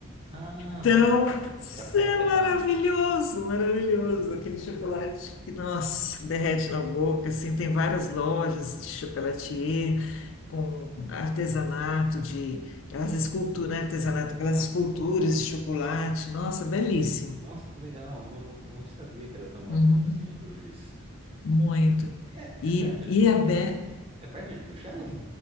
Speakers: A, on the right (about 25°); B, on the left (about 60°).
A: Ah,
B: Então,
A: nossa, pra,
B: isso
A: pra completar.
B: é maravilhoso, maravilhoso. Aquele chocolate que, nossa, derrete na boca, assim, tem várias lojas de chocolatier com artesanato de, aquelas esculturas, né, artesanato, aquelas esculturas de chocolate. Nossa, belíssimo.
A: Nossa, que legal. Não, não, não sabia que era tão bacana
B: Uhum,
A: assim em Bruges.
B: muito.
A: É,
B: E,
A: é perto
B: e
A: de.
B: é, be-
A: É perto de Bruxelas?